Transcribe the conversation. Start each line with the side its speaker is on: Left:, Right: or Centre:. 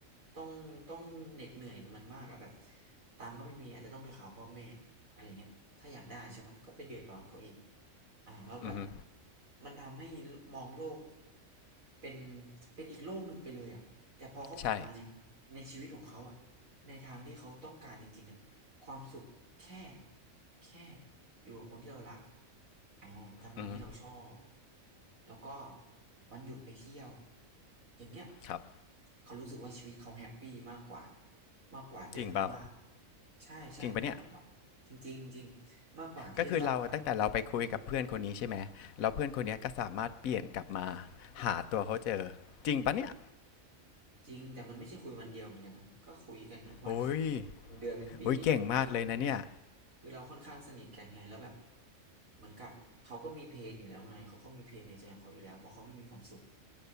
Right: ต้องต้องเหน็ดเหนื่อยกับมันมากอะแบบตังค์ก็ไม่มีอาจจะต้องไปขอพ่อแม่ อะไรเงี้ยถ้าอยากได้ใช่ปะก็ไปเดือดร้อนเขาอีกอ่าแล้วแบบ
Left: อือฮึ
Right: มันทำให้มองโลกเป็นเป็นอีกโลกหนึ่งไปเลยอ่ะแต่พอเขากลับมาใน
Left: ใช่
Right: ในชีวิตของเขาอ่ะในทางที่เขาต้องการจริงๆอ่ะความสุขแค่แค่อยู่กับคนที่เรารักอ่าทำงานที่เราชอบ
Left: อือฮึ
Right: แล้วก็วันหยุดไปเที่ยว อย่างเงี้ย
Left: ครับ
Right: เขารู้สึกว่าชีวิตเขาแฮปปี้มากกว่ามากกว่าเดิมมาก
Left: จริงเปล่า
Right: ใช่ใช่พี่มาก
Left: จริงปะเนี่ย
Right: จริงจริงจริงมากกว่าที่จะต้องไป
Left: ก็คือเราตั้งแต่เราไปคุยกับเพื่อนคนนี้ใช่ไหมแล้วเพื่อนคนเนี้ยก็สามารถเปลี่ยนกลับมาหาตัวเขาเจอ จริงปะเนี่ย
Right: จริงแต่มันไม่ใช่คุยวันเดียวเหมือนกันนะก็คุยกันทุกวัน
Left: โอ้ย
Right: <laughs> เป็นเดือนเป็นปีคือ
Left: โอ้ยเก่งมากเลยนะเนี่ย
Right: คือเราค่อนข้างสนิทกันไงแล้วแบบเหมือนกับเขาก็มีเพลนอยู่แล้วไงเขาก็มีเพลนในใจของเขาอยู่แล้วเพราะเขาไม่มีความสุข